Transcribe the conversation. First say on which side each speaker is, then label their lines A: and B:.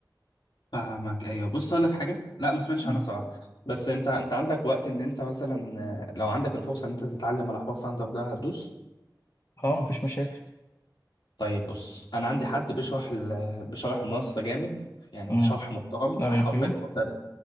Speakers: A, on the left; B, on the left.
A: فاهمك ايوه بص اقول لك حاجه لا ما سمعتش
B: مم.
A: عنها صراحه بس انت انت عندك وقت ان انت مثلا آه، لو عندك الفرصه ان انت تتعلم على حوار ساندر ده هتدوس
B: أه مفيش مشاكل
A: طيب بص انا عندي حد بيشرح ال- بيشرح المنصه جامد يعني
B: أه
A: شرح محترم
B: على
A: حرفيا
B: اليوتيوب
A: المبتدئ